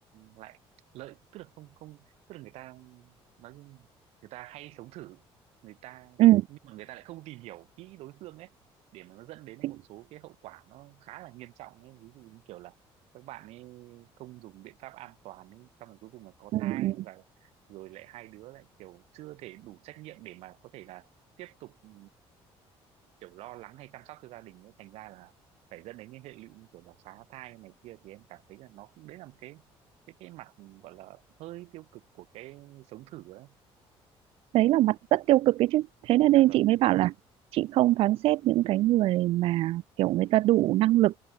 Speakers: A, on the right; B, on the right.
A: lại lợi tức là không không tức là người ta nói chung người ta hay sống thử người ta
B: ừ
A: nhưng mà người ta lại không tìm hiểu kỹ đối phương ấy để mà nó dẫn đến
B: thích
A: một số cái hậu quả nó khá là nghiêm trọng ấy ví dụ như kiểu là các bạn ấy không dùng biện pháp an toàn ấy xong rồi cuối cùng là có
B: ừ,
A: thai
B: ừ.
A: và rồi lại hai đứa lại kiểu chưa thể đủ trách nhiệm để mà có thể là tiếp tục ừ, kiểu lo lắng hay chăm sóc cho gia đình ấy thành ra là phải dẫn đến cái hệ lụy như kiểu là phá thai này kia thì em cảm thấy là nó cũng đấy là một cái cái cái mặt gọi là hơi tiêu cực của cái sống thử ấy
B: đấy là mặt rất tiêu cực ấy chứ thế nên,
A: dạ
B: nên
A: vâng
B: chị mới bảo là chị không phán xét những cái người mà kiểu người ta đủ năng lực